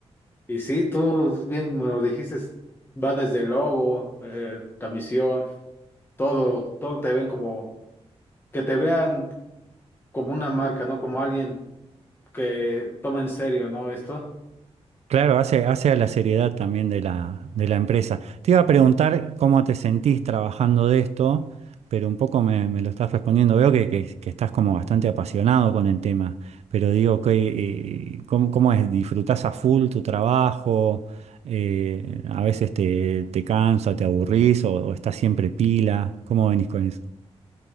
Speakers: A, on the left (about 20°); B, on the right (about 75°).
A: Y sí, tú bien me lo dijiste, va desde el logo, eh, la misión, todo, todo te ven como, que te vean como una marca, ¿no? Como alguien que toma en serio, ¿no? Esto.
B: Claro, hace, hace a la seriedad también de la, de la empresa. Te iba a preguntar cómo te sentís trabajando de esto, pero un poco me, me lo estás respondiendo. Veo que, que- que estás como bastante apasionado con el tema, pero digo, que, eh, ¿cómo, cómo es? ¿Disfrutás a full tu trabajo? Eh, ¿a veces te, te cansa, te aburrís o, o estás siempre pila? ¿Cómo venís con eso?